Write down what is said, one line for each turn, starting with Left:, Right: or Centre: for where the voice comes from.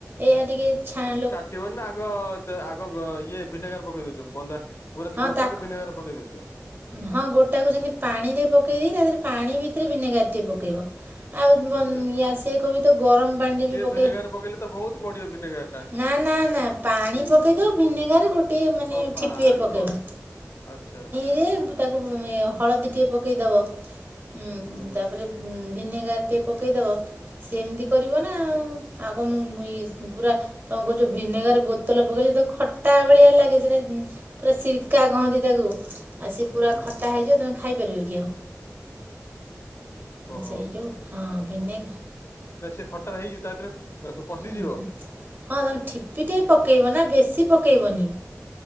Right: ଏଇଆ ଟିକେ ଛାଁ ଲ
Left: ଟିଉନ ନା ଆଗ ତ ଆଗ ବ-ଅ, ଇଏ ଭିନେଗାର ପକେଇ ଦଉଚ, ବନ୍ଦା ପୁରା ଏମତି
Right: ହଁ
Left: ଗୋଟା
Right: ତାକୁ
Left: କୁ ଭିନେଗାର ପକେଇଦଉଚ?
Right: ହଁ ଗୋଟାକୁ ସେମିତି ପାଣିରେ ପକେଇକି ତା ଦେହରେ ପାଣି ଭିତରେ ଭିନେଗାର ଟି ପକେଇବ। ଆଉ <unintelligible>
Left: ଆଚ୍ଛା
Right: ୟା ସେ କବି ତ ଗରମ ପାଣିରେ ବି ପକେଇ
Left: ଭିନେଗାର ପକେଇଲେ ତ ବହୁତ ପଡିବ ଭିନେଗାର ଟା
Right: ନା, ନା, ନା ପାଣି ପକେଇଦେଇ ଭିନେଗାର ଗୋଟିଏ ମାନେ
Left: ଓ ପାଣି
Right: ଠିପିଏ ପକେଇବ।
Left: ପ ଆଚ୍ଛା।
Right: ଏମତି ତାକୁ ଉଁ, ଏହଳଦୀ ଟିକେ ପକେଇଦବ ଉଁ,
Left: ହୁଁ
Right: ତାପରେ ହୁଁ, ଭିନେଗାର ଟିକେ ପକେଇଦବ। ସେମତି କରିବ ନା ଆଉ ଆଉ କଣ ମୁଁ, ମୁଁ ଇଏ ଉଁ, ପୁରା କଣ କହୁଛ ଭିନେଗାର ବୋତଲ ପକେଇଲେ ତ ଖଟା ଭଳିଆ ଲାଗେ ସେଟା। ହୁଁ, ପୁରା ସିରକା କହନ୍ତି ତାକୁ। ଆ ସେ ପୁରା
Left: ହୁଁ
Right: ଖଟା
Left: ହୁଁ
Right: ହେଇଯିବ ତମେ ଖାଇପାରିବ କି ଆଉ।
Left: ଓହୋ
Right: ସେଇ ଯୋଗୁ ହଁ ଭିନେ
Left: ବେଶୀ ଖଟା ହେଇଚି ତା ଦେହରେ ପଶିଯିବ
Right: ଉଁ ହୁଁ। ହଁ ତମେ ଠିପି ଟେ ପକେଇବ ନା ବେଶି ପକେଇବନି।